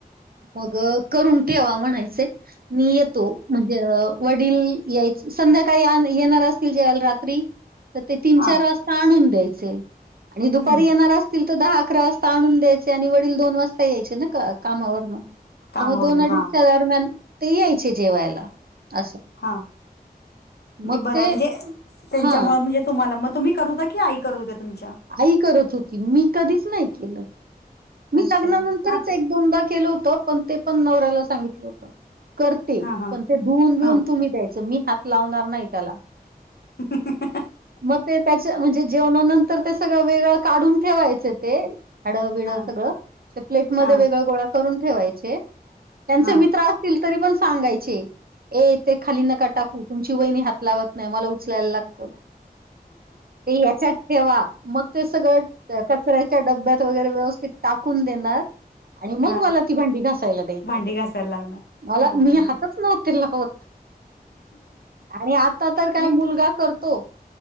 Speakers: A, on the right; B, on the left.
A: मग करून ठेवा म्हणायचे, मी येतो. म्हण वडील यायच संध्याकाळी येणार असतील जेवायला रात्री तर ते तीन
B: हा
A: चार वाजता आणून द्यायचे. आणि दुपारी
B: हम्म
A: येणार अस असतील तर दहा अकरा वाजता आणून द्यायचे. आणि वडील दोन वाजता यायचे ना का कामावरणं.
B: कामावरून
A: त म दोन अडीचच्या
B: हा
A: दरम्यान ते यायचे जेवायला. असं
B: हा म्हणजे
A: मग
B: बरंय
A: ते
B: म्हणजे त्यांच्यामूळ
A: हा
B: म्हणजे तुम्हाला मग तुम्ही करत होता. की, आई करत होत्या तुमच्या?
A: आई करत होती. मी कधीच नाही केलं. मी
B: अच्छा
A: लग्नानंतरच
B: हा ते
A: एक दोनदा केलं होतं. पण ते पण नवऱ्याला सांगितलं होत. करते.
B: हा हा
A: पण ते धुऊन बिऊन
B: हा
A: तुम्ही द्यायचं. मी हात लावणार नाही त्याला.
B: <inaudible>
A: मग ते त्याच्या म्हणजे जेवणानंतर ते सगळं वेगळं काढून ठेवायचं ते. हाडं बिड
B: हा
A: सगळं ते प्लेटमध्ये
B: हा
A: वेगळं गोळा करून ठेवायचे त्यांचे
B: हा
A: मित्र अ तील तरी पण सांगायचे, ए ते खाली नका टाकू. तुमची वहिनी हात लावत नाही. मला ऊ चलायला लागतं. ते याच्यात ठेवा. मग ते सगळं--कचऱ्याच्या डब्यात वगैरे, व्यवस्थित कून देणार. आणि मग
B: हा
A: मला ती भांडी घासायला द्यायचे
B: भांडी
A: ते,
B: घासायला लावणार
A: मला--मी
B: हा हा हा
A: हाताचं नव्हते लावत. आणि आत्ता तर काय
B: नाही
A: मुलगा करतो.